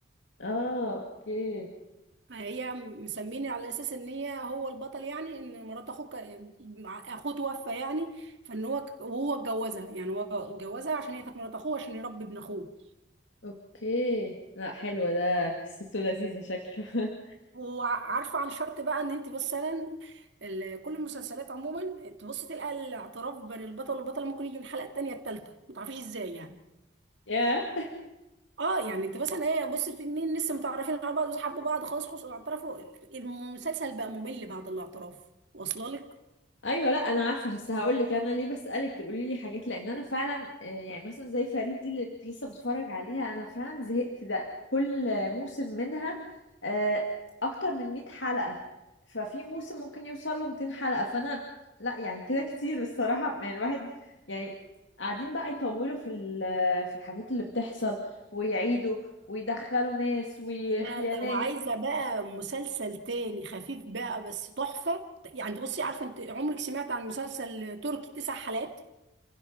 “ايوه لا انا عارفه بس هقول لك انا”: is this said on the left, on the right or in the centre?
Left